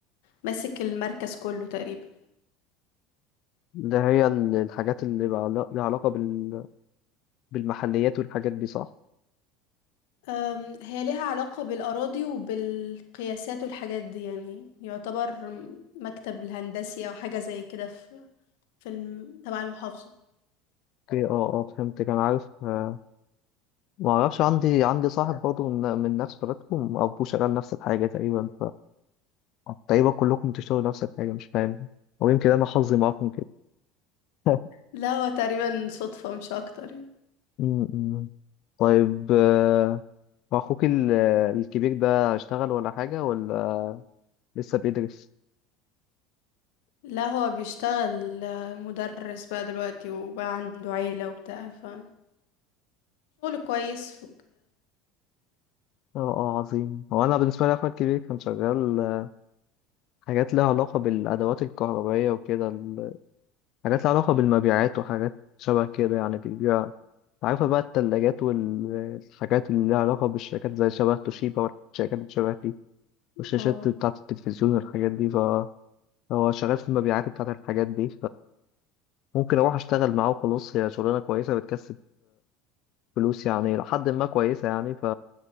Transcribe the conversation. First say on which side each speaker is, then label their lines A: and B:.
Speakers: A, on the left (about 80°); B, on the left (about 55°).
A: ماسك المركز كله تقريبا
B: اللي هي ال- الحاجات اللي بقى لا- لها علاقة بال... بالمحليات والحاجات دي صح؟
A: أم، هي ليها علاقة بالأراضي وبالقياسات والحاجات دي يعني يعتبر مكتب الهندسي أو حاجة زي كده في في الم- تبع المحافظة
B: اوكي اه اه فهمت كان عارف آه، ما اعرفش عندي عندي صاحب برضه من من نفس بلدكم ابوه شغال نفس الحاجه تقريبا طيب كلكم بتشتغلوا نفس الحاجة مش فاهم ويمكن أنا حظي معاكم كده <laughs>
A: لا هو تقريبا صدفة مش أكتر يعني
B: م- م. طيب آه، أخوك ال- الكبير ده اشتغل ولا حاجة ولا لسه بيدرس؟
A: لا هو بيشتغل مدرس بقى دلوقتي وبقى عنده عيلة وبتاع فشغل كويس
B: اه اه عظيم هو أنا بالنسبة لي أخويا الكبير كان شغال آه، حاجات لها علاقة بالأدوات الكهربائية وكده ال- حاجات لها علاقة بالمبيعات وحاجات شبه كده يعني بيبيع عارفة بقى التلاجات والحاجات اللي لها علاقة بالشركات زي شبه توشيبا والشركات اللي شبه دي والشاشات
A: اه
B: بتاعة التلفزيون والحاجات دي هو شغال في المبيعات بتاعت الحاجات دي فممكن اروح اشتغل معاه وخلاص هي شغلانه كويسه بتكسب فلوس يعني لحد ما كويسه يعني ف